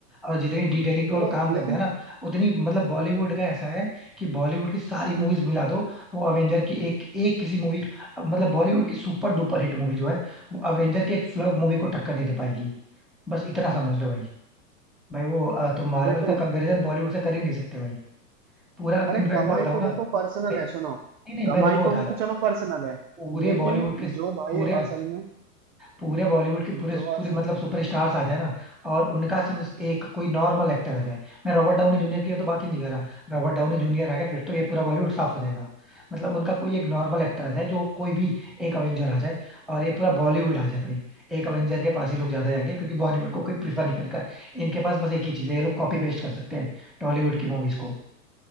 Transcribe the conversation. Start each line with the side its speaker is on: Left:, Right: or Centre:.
Centre: और जितनी डिटेलिंग पे
Right: चलो
Centre: वो लोग काम करते
Right: लेकिन
Centre: हैं ना उतनी मतलब बॉलीवुड का ऐसा है कि बॉलीवुड की सारी मूवीज मिला दो वो अवेंजर की एक एक किसी मूवी मतलब बॉलीवुड की सुपर डुपर हिट मूवी जो है वो अवेंजर के एक फ्लॉप मूवी को टक्कर नहीं दे पाएगी बस इतना समझ लो भाई भाई वो अ, तुम मार्वल
Right: देखो
Centre: का कंपैरिजन बॉलीवुड से कर ही नहीं सकते भाई पूरा
Right: अरे
Centre: इनफेक्ट
Right: कमाई
Centre: मैं बताऊं
Right: तो
Centre: ना
Right: देखो
Centre: भाई
Right: पर्सनल है सुनो
Centre: नहीं नहीं मैं
Right: कमाई
Centre: तुमको बता
Right: तो उनकी
Centre: रहा
Right: चलो
Centre: हूँ
Right: पर्सनल है
Centre: पूरे
Right: लेकिन
Centre: बॉलीवुड के
Right: जो भाई
Centre: पूरे
Right: असल में
Centre: पूरे बॉलीवुड के पूरे
Right: जो
Centre: पूरे
Right: अस,
Centre: मतलब सुपरस्टार्स आ जाए ना और उनका सिर्फ एक कोई नॉर्मल एक्टर आ जाए मैं रॉबर्ट डाउनी जूनियर की तो बात ही नहीं कर रहा रॉबर्ट डाउनी जूनियर आ गया फिर तो ये पूरा बॉलीवुड साफ हो जाएगा मतलब उनका कोई एक नॉर्मल एक्टर आ जाए जो कोई भी एक अवेंजर आ जाए और ये पूरा बॉलीवुड आ जाए भाई एक अवेंजर के पास ही लोग ज्यादा जाएंगे क्योंकि बॉलीवुड को कोई प्रीफर नहीं करेगा इनके पास बस एक ही चीज है ये लोग कॉपी पेस्ट कर सकते हैं टॉलीवुड की मूवीज को